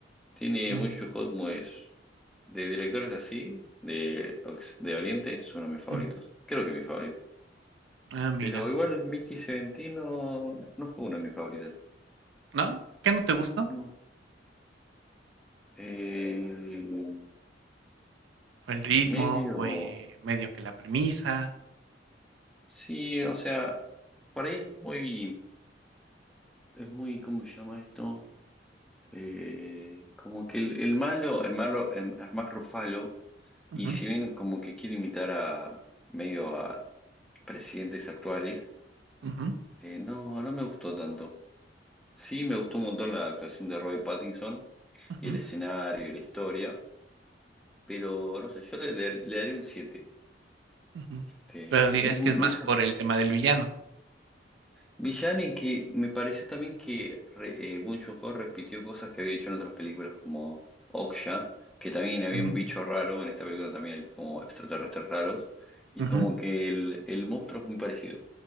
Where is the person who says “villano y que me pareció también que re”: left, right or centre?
Centre